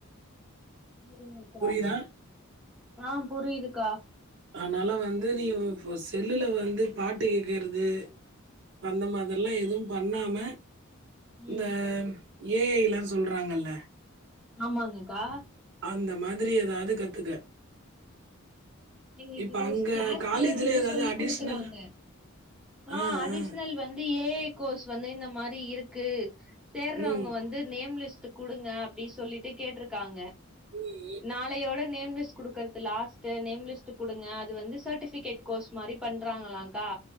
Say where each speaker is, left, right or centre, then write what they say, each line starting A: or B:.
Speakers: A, in the centre; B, on the right (about 55°).
A: சேரிங்கக்கா
B: புரியுதா?
A: ஆ புரியிதுக்கா
B: அனால வந்து நீ செல்லுல வந்து பாட்டு கேக்குறது அந்த மாத்ரில்லா எதுவு பண்ணாம இந்த
A: ம்
B: ஏ ஐ லா சொல்றாங்கல்ல
A: ஆமாங்கக்கா
B: அந்த மாதிரி ஏதாவ்து கத்துக்க
A: எங்ளுக்கு
B: இப்ப அங்க
A: க்ளாஸ்லயே
B: காலேஜ்ல
A: வந்து
B: ஏதாவது
A: சொல்லி
B: அடிஷ்னல்
A: குடுக்குறாங்க க்லா
B: ஆ
A: அடிஷ்னல்
B: ஆ
A: வந்து ஏ ஐ கோர்ஸ் வந்து இந்த மாரி இருக்கு சேர்றவங்க
B: ம்
A: வந் து நேம் லிஸ்ட்டு குடுங்க அப்டி சொல்லிட்டு கேட்ருக்காங்க
B: ம்
A: நாளையோட நேம் லிஸ் குடுக்கற்து லாஸ்ட்டு நேம் லிஸ்ட்டு குடுங்க அது வந்து சட்டிஃபிகேட் கோர்ஸ் மாரி பண்றாங்களாங்க்கா